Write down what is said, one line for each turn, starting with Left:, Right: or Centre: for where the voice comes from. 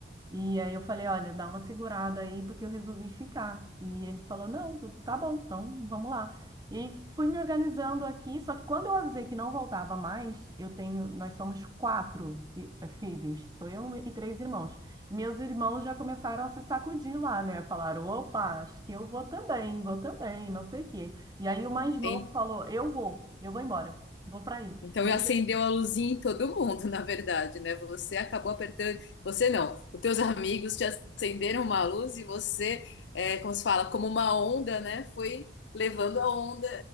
Right: E aí eu falei, olha, dá uma segurada aí, porque eu resolvi ficar. E ele falou, não, tu- tá bom, então vamos lá. E aí fui me organizando aqui, só que quando eu avisei que não voltava mais, eu tenho, nós somos quatro i- eh, filhos, sou eu e três irmãos. Meus irmãos já começaram a se sacudir lá, né? Falaram, opa, acho que eu vou também, vou também, não sei o quê. E aí o mais novo
Left: hein?
Right: falou, eu vou, eu vou embora, vou para aí.
Left: Então,
Right: E aí,
Left: acendeu a luzinha em todo mundo, <laughs> na verdade, né? Você acabou apertando, você não, os teus amigos te acenderam uma luz e você, é, como se fala, como uma onda, né? Foi levando a onda